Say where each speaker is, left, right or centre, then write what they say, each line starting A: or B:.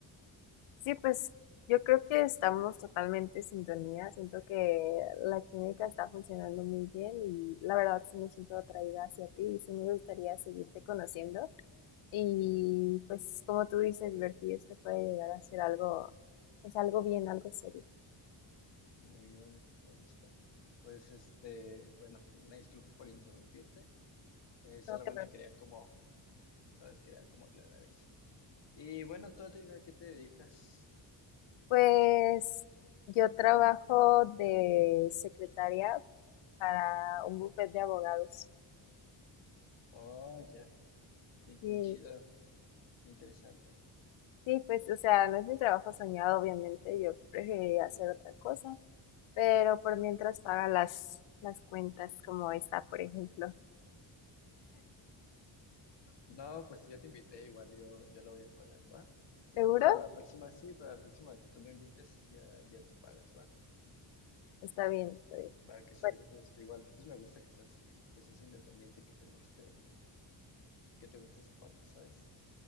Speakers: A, on the left; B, on the left.
A: Sí, pues yo creo que estamos totalmente en sintonía. Siento que la química está funcionando muy bien y la verdad sí me siento atraída hacia ti y sí me gustaría seguirte
B: Ujú.
A: conociendo. Y pues como tú dices, ver si esto puede llegar a ser algo, pues algo bien, algo serio.
B: Muy bien, me gusta. Pues este, bueno, una disculpa por interrumpirte. Eh, solamente
A: No te preocupes.
B: quería como, ¿sabes? Quería como aclarar eso. Y bueno, ¿tú a ti- a qué te dedicas?
A: Pues yo trabajo de secretaria para un bufete de abogados.
B: Oh, ya, qué
A: Sí,
B: qué chido. Interesante.
A: sí, pues, o sea, no es mi trabajo soñado, obviamente, yo preferiría hacer otra cosa, pero por mientras paga las, las cuentas como está, por ejemplo.
B: No, pues yo te invité, igual yo, yo lo voy a pagar, ¿va? Igual
A: ¿Seguro?
B: para la próxima, sí, para la próxima que tú me invites, ya, ya tú pagas, ¿va?
A: Está bien, está bien.
B: Va, que sea
A: Bueno,
B: algo justo. Igual, pues me gusta que seas, que seas independiente y que te guste, que te guste esa parte, ¿sabes?